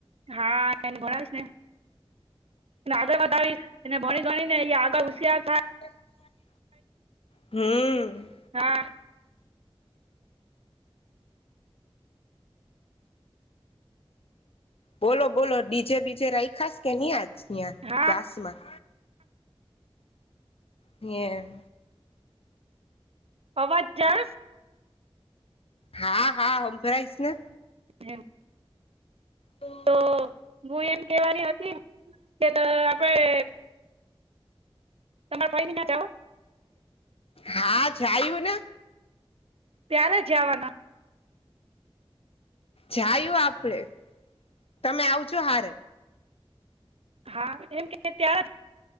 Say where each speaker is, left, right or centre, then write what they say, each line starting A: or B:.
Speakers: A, on the right; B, on the left.
A: હા એને ભણાવીશ ને. આગળ વધાવી એને ભણી ગણીનેં ઈ આગળ હુસીયાર તાય
B: <unintelligible> હમ
A: હા
B: બોલો બોલો ડીજે બીજે રાઈખાાસ કે ન્યાં જ ત્યા
A: હા
B: વાસ માં હ્યાં
A: અવાજ જરાક
B: હા હા હમભરાઈસને
A: હેમ
B: તો
A: તો હું એમ કહેવાની હતી કે ત આપણે તમારે ભય ન ના ત
B: હા જાયું ને.
A: ત્યારે જવાના
B: જાયું આપડે તમે આવજો હારે
A: હા એમ કે ત્યારે